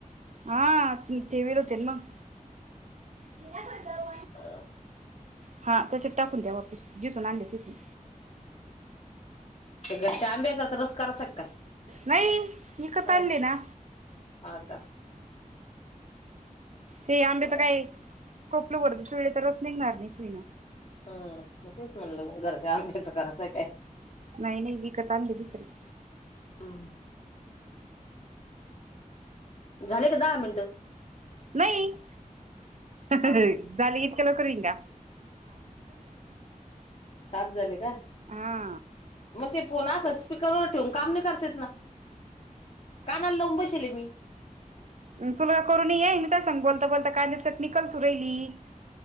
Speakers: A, on the right; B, on the left.
A: हा ठेवेल होते ना मग <unintelligible>
B: अ
A: हा त्याच्या टाकून द्या वापीस जिथून आणल्या तिथून
B: त घरच्या आंब्याचा तर रस करायचा आहे का काय
A: नाही इकत
B: हा
A: आणले ना
B: हा का
A: ते आंबे
B: बरं
A: तर काय टोपलभरून पिळले तर रस निघणार नाही सुईन
B: हम्म तेच म्हणलं घरच्या आंब्याचं करायचं आहे काय
A: नाई नाई वीक <unintelligible> दुसरी
B: हम्म झाले का दहा मिनटं
A: नाही अ
B: हा
A: हं हे झाल इतक्या लवकरिंगा
B: सात झाले का
A: हा
B: मग ते फोनासच स्पीकरवर ठेवून काम नाही करता येत ना. कानाला लावून बसले मी.
A: अ तुला करून ये मी काय सांगू बोलता बोलता काय ती चटणी करतू राहि.